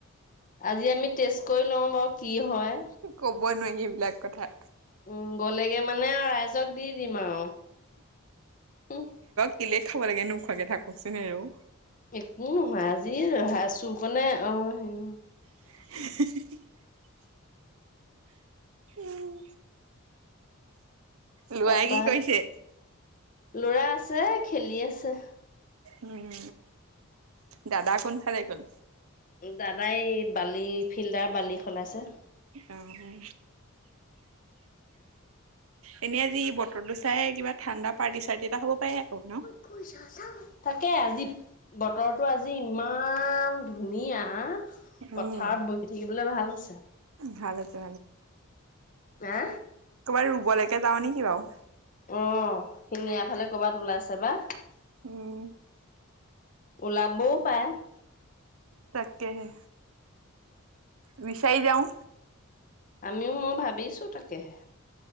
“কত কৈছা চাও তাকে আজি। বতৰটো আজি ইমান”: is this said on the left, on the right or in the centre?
Left